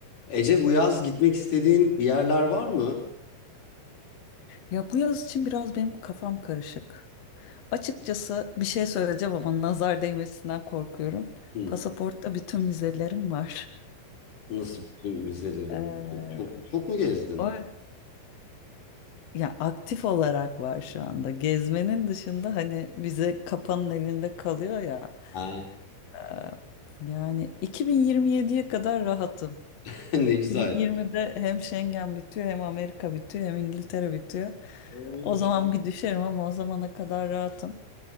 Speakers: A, on the left; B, on the left.
A: Ece bu yaz gitmek istediğin bir yerler var mı?
B: Ya bu yaz için biraz benim kafam karışık. Açıkçası bir şey söyleyeceğim ama nazar değmesinden korkuyorum.
A: Hı.
B: Pasaportta bütün vizelerim var. <laughs>
A: Nasıl bütün müzelerin?
B: Ee,
A: Çok, çok, çok mu gezdin?
B: o ya aktif olarak var şu anda. Gezmenin dışında hani vize kapanın elinde kalıyor ya.
A: Ha.
B: Ee, yani 2027'ye kadar rahatım.
A: <laughs> Ne güzel.
B: 2020'de hem Schengen bitiyor hem Amerika bitiyor hem İngiltere bitiyor.
A: Of.
B: O zaman bir düşerim ama o zamana kadar rahatım.